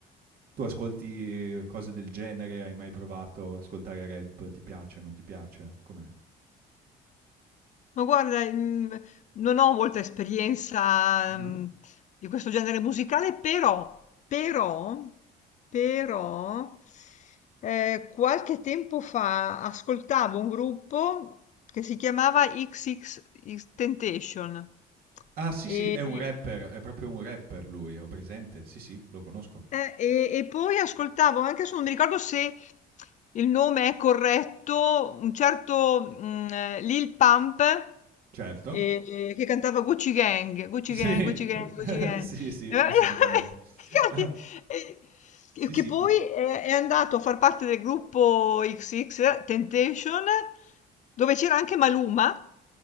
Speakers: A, on the right (about 60°); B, on the left (about 45°).
A: Tu ascolti cose del genere? Hai mai provato ad ascoltare rap? Ti piace, non ti piace? Com'è?
B: Ma guarda, mhmm, non ho molta esperienza,
A: Ah-ah.
B: mhmm, di questo genere musicale, però però però, ehm, qualche tempo fa ascoltavo un gruppo che si chiamava XXXTentacion.
A: Ah, sì,
B: E
A: sì, è un rapper, è proprio un rapper lui, ho presente? Sì, sì, lo conosco.
B: eh, e e poi ascoltavo anche adesso non mi ricordo se il nome è corretto, un certo, mhmm, ehm, Lil Pump,
A: Certo.
B: ehm, che cantava Gucci Gang, Gucci
A: Sì,
B: Gang, Gucci Gang,
A: <laughs>
B: Gucci Gang.
A: sì, sì,
B: E va-
A: assolutamente.
B: <laughs> Infatti,
A: <laughs>
B: eh,
A: Sì,
B: che che
A: sì,
B: poi
A: co-
B: è è andato a far parte del gruppo XX Temptation, dove c'era anche Maluma.